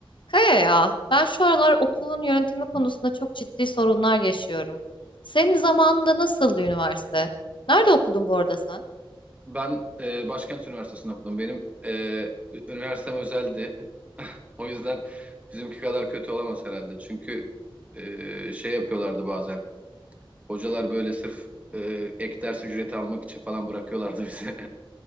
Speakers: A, on the left; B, on the right.
A: Kaya ya, ben şu aralar okulun yönetimi konusunda çok ciddi sorunlar yaşıyorum. Senin zamanında nasıldı üniversite? Nerede okudun bu arada sen?
B: Ben e, Başkent Üniversitesi'nde okudum. Benim e, üniversitem özeldi. <laughs> O yüzden bizimki kadar kötü olamaz herhalde. Çünkü e, şey yapıyorlardı bazen. Hocalar böyle sırf e, ek ders ücreti almak için falan bırakıyorlardı bize.